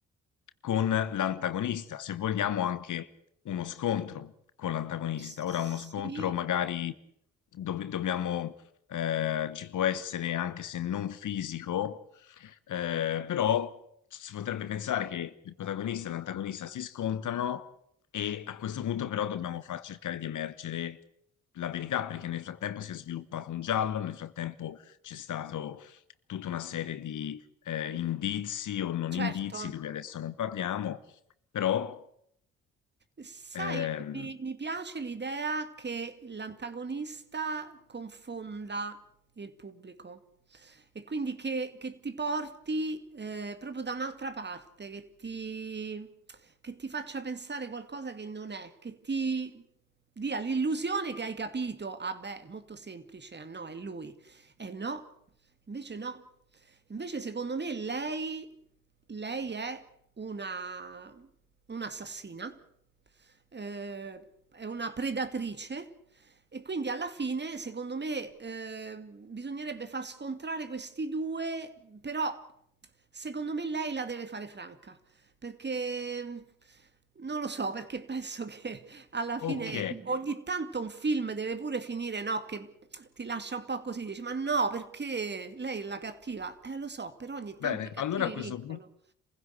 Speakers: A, on the left; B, on the right.
A: con l'antagonista, se vogliamo anche uno scontro con l'antagonista.
B: Sì,
A: Ora, uno scontro magari dove dobbiamo, eh, ci può essere anche se non fisico, eh, però si potrebbe pensare che il protagonista e l'antagonista si scontrano e a questo punto però dobbiamo far cercare di emergere la verità, perché nel frattempo si è sviluppato un giallo, nel frattempo c'è stato tutta una serie di eh, indizi o non
B: certo.
A: indizi, di cui adesso non parliamo, però
B: Sai,
A: ehm,
B: mi, mi piace l'idea che l'antagonista confonda il pubblico e quindi che, che ti porti eh, proprio da un'altra parte, che ti, che ti faccia pensare qualcosa che non è, che ti dia l'illusione che hai capito. Ah, beh, molto semplice, ah no, è lui. Eh no, invece no. Invece secondo me lei lei è una un'assassina, eh, è una predatrice e quindi alla fine, secondo me, eh, bisognerebbe far scontrare questi due, però secondo me lei la deve fare franca, perché non lo so, perché penso che alla fine
A: ok,
B: ogni tanto un film deve pure finire, no, che ti lascia un po' così, dici, ma no, perché lei è la cattiva? Eh, lo so, però ogni tanto
A: bene,
B: i cattivi
A: allora a questo
B: vincono.
A: punto.